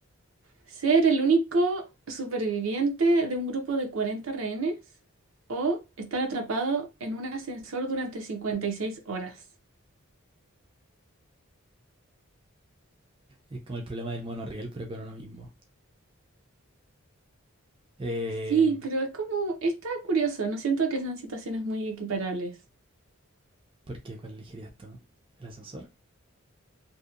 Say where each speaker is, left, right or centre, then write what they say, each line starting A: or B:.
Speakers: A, on the right; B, on the right.
A: Ser el único superviviente de un grupo de 40 rehenes o estar atrapado en un ascensor durante 56 horas.
B: Es como el problema del monorriel, pero con uno mismo. Eh,
A: Sí, pero es como, está curioso, no siento que sean situaciones muy equiparables.
B: ¿Por qué? ¿Cuál elegirías tú? ¿El ascensor?